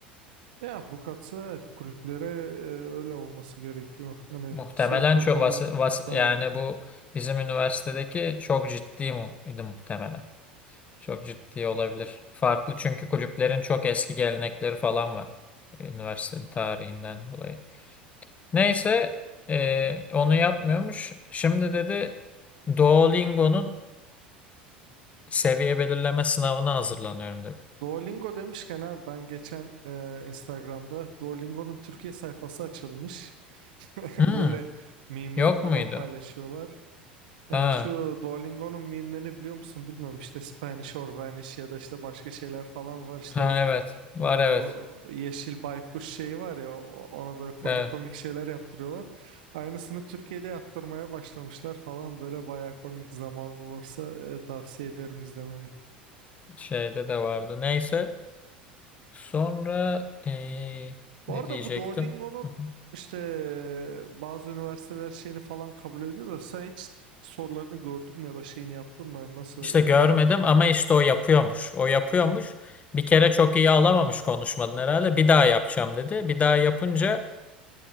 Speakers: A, on the right; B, on the left.
A: Ya bu katı evet kulüplere e, öyle olması gerekiyor. Hani
B: Muhtemelen
A: Circle
B: çok
A: falan
B: vas, vas
A: da
B: yani bu bizim üniversitedeki çok ciddi mu idi muhtemelen. Çok ciddi olabilir. Farklı çünkü kulüplerin çok eski gelenekleri falan var. e, Üniversitenin tarihinden dolayı. Neyse e, onu yapmıyormuş. Şimdi dedi Duolingo'nun Seviye belirleme sınavına hazırlanıyorum dedi.
A: Duolingo demişken abi ben geçen e, Instagram'da Duolingo'nun Türkiye sayfası açılmış. <laughs>
B: Hmm,
A: Böyle mimler
B: yok
A: falan
B: muydu?
A: paylaşıyorlar. Ya
B: Ha,
A: şu Duolingo'nun mimlerini biliyor musun bilmiyorum. İşte Spanish or Vanish ya da işte başka şeyler falan var. İşte
B: ha evet. Var
A: Bu
B: evet.
A: yeşil baykuş şeyi var ya o- ona böyle komik
B: Evet,
A: komik şeyler yaptırıyorlar. Aynısını Türkiye'de yaptırmaya başlamışlar falan böyle baya komik zamanlı olursa e, tavsiye ederim izlemeni.
B: şeyde de vardı. Neyse. Sonra eee,
A: Bu
B: ne
A: arada
B: diyecektim?
A: bu Duolingo'nun
B: Hı hı.
A: işte e, bazı üniversiteler şeyini falan kabul ediyor da sen hiç sorularını gördün mü ya da şeyini yaptın mı? Yani Nasıl?
B: İşte görmedim
A: e,
B: ama işte o yapıyormuş. O yapıyormuş. Bir kere çok iyi alamamış konuşmadan herhalde. Bir daha yapacağım dedi. Bir daha yapınca